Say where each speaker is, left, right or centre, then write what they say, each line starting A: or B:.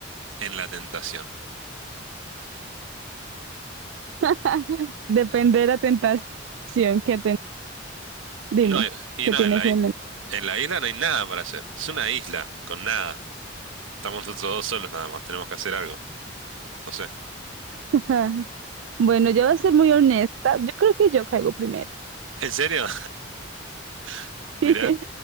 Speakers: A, on the right; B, on the right.
A: en la tentación?
B: <laughs> Depende de la tentación que ten- Dime,
A: No, y
B: ¿qué
A: no,
B: tienes
A: en la,
B: en
A: i-
B: mente?
A: en la isla no hay nada para hacer. Es una isla, con nada. Estamos nosotros dos solos nada más, tenemos que hacer algo. No sé.
B: <laughs> Bueno, yo voy a ser muy honesta. Yo creo que yo caigo primero.
A: ¿En serio? <laughs>
B: <laughs>
A: Mirá.